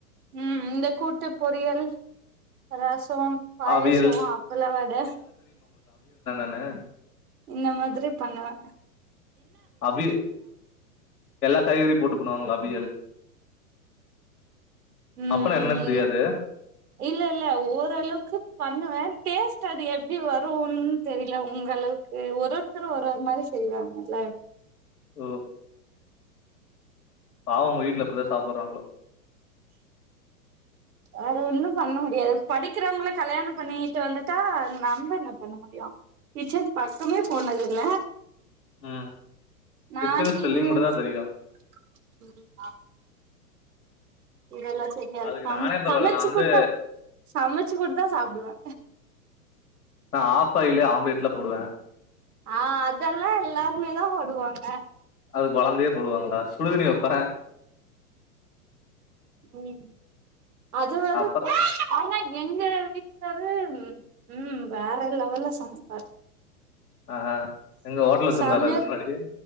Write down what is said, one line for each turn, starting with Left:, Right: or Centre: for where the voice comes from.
Right: ம் ம் இந்த கூட்டு பொரியல் ரெச அப்றோ பாயசம்
Left: அவியல்
Right: அப்பளம் வட
Left: னா
Right: இந்த மாதிரி பண்ணுவேன்
Left: அவியல் எல்லா காய்கறியும் போட்டு பண்ணுவாங்கல்ல அவியல்
Right: ம்
Left: அப்பனா என்னன்னு தெரியாது
Right: ம் இல்ல இல்ல ஓரளவுக்கு பண்ணுவேன் டேஸ்டு அது எப்டி வரும்ன்னு தெரியல உங்க அளவுக்கு ஒரு ஒருத்தரும் ஒரு மாரி செய்வாங்கல்ல
Left: ம் பாவம் உங்க வீட்டுல எப்டிதா சாப்பிடுறாங்களோ
Right: வேற ஒன்னு பண்ண முடியாது படிக்கிறங்கல கல்யாணம் பண்ணிக்கிட்டு வந்துட்டா நம்ம என்ன பண்ண முடியு கிச்சன் பக்கமே போனது இல்ல
Left: ம்
Right: நானே
Left: கிச்சன் ஸ்பெல்லிங்
Right: இங்க
Left: மட்டுந்தா
Right: வந்து
Left: தெரியு
Right: <unintelligible> இதெல்லா தெரியாது
Left: அதுக்கு
Right: சம
Left: நானே பரவால்ல
Right: சமச்சு
Left: நா வந்து
Right: குடுத்தா சமச்சு குடுத்தா சாப்பிடுவே
Left: நா ஆஃப்பாய்ல் ஆம்லேட்லா போடுவே
Right: ஆ அதெல்லா எல்லாருமே தா ஓடுவாங்க
Left: அதுக்கு கொழந்தையே போடுவாங்களா சுடுதினி வைப்பே
Right: ம் அது வந்து
Left: அப்பறோ
Right: சேன்னே எங்க வீட்டுகார்ரு ம் வேற லெவல்ல சமைப்பாரு
Left: ஆ எங்க ஹோட்டல் வச்சிருந்தாரா
Right: சமிர்க்
Left: இதுக்கு முன்னாடி